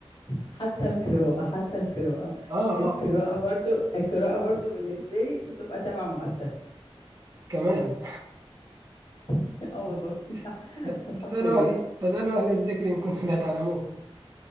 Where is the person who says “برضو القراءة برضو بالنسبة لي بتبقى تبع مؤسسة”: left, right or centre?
Left